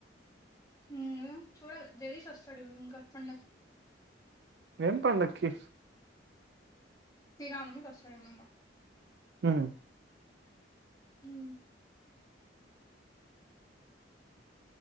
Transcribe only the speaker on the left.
ఇంగా చూడాలి జగదీష్ వస్తడు ఇంగా పండగ
శ్రీరామ నవమికి అస్తడేమో ఇంగా.
హ్